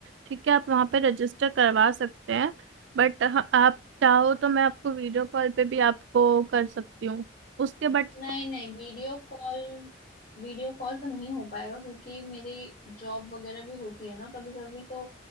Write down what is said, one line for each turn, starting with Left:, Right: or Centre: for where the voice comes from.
Right: ठीक है आप वहाँ पे रजिस्टर करवा सकते हैं बट आप चाहो तो मैं आपको वीडियो कॉल पे भी आपको कर सकती हूँ उसके बट
Left: नहीं नहीं वीडियो कॉल वीडियो कॉल तो नहीं हो पाएगा क्योंकि मेरी जॉब वगैरह भी होती है ना कभी कभी तो